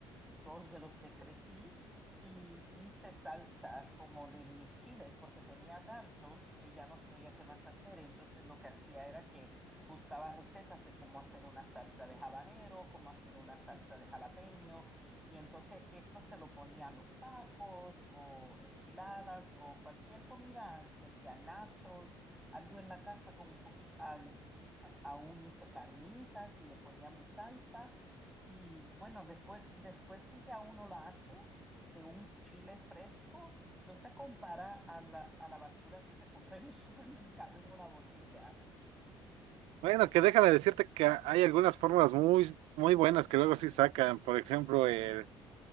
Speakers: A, in the centre; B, on the right.
A: dos de los que crecí y hice salsa como de mis chiles, porque tenía tantos que ya no sabía qué más hacer. Entonces lo que hacía era que buscaba recetas de cómo hacer una salsa de habanero, cómo hacer una salsa de jalapeño. Y entonces esto se lo ponía a los tacos o enchiladas o cualquier comida, si hacía nachos, algo en la casa con un poquito, ah, a- aún hice carnitas y le ponía mi salsa y bueno, después, después que ya uno lo hace de un chile fresco, no se compara a la, a la basura que se compra en el <laughs> supermercado en una botella.
B: Bueno, que déjame decirte que ha- hay algunas fórmulas muy, muy buenas que luego sí sacan. Por ejemplo, el-